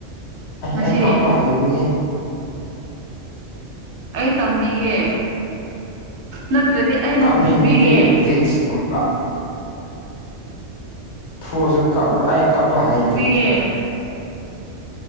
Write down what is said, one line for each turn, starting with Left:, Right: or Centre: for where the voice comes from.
Left: ꯑꯩ
Right: ꯉꯁꯤ
Left: ꯍꯦꯛ ꯀꯞꯄ ꯍꯩꯗꯤꯍꯦ
Right: ꯑꯩ ꯇꯝꯕꯤꯒꯦ ꯅꯠꯇ꯭ꯔꯗꯤ ꯑꯩꯅ
Left: ꯀꯥꯞꯅꯤꯡꯉꯤꯗꯤ
Right: ꯐꯨꯕꯤꯒꯦ
Left: ꯚꯤꯛꯁ ꯀꯨꯝꯕ ꯐꯨꯁꯨ ꯀꯞꯂ ꯑꯩ ꯀꯞꯄ ꯍꯩꯇꯦ
Right: ꯌꯦ